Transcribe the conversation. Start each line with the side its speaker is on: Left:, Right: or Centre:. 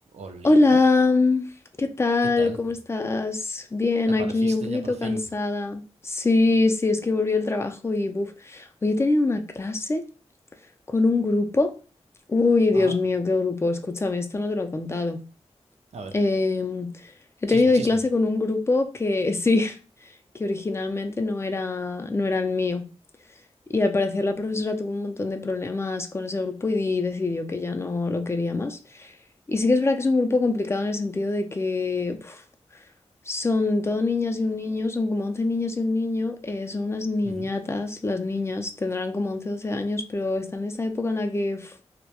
Right: Olita,
Left: Hola, ¿qué tal?
Right: ¿qué tal?
Left: ¿Cómo estás? Bien,
Right: Apareciste
Left: aquí un poquito
Right: ya por fin.
Left: cansada. Sí, sí, es que volví al trabajo y buf. Hoy he tenido una clase con un grupo. Uy, Dios
Right: Ajá.
Left: mío, qué grupo. Escúchame, esto no te lo he contado.
Right: A ver,
Left: Em, he tenido
Right: chisme,
Left: hoy
Right: chisme.
Left: clase con un grupo que <laughs> sí, que originalmente no era, no era el mío. Y al parecer la profesora tuvo un montón de problemas con ese grupo y di- decidió que ya no lo quería más. Y sí que es verdad que es un grupo complicado en el sentido de que uf, son todo niñas y un niño, son como 11 niñas y un niño, eh, son unas niñatas,
Right: Ujú,
Left: las niñas tendrán como 11 12 años, pero están en esa época en la que uf,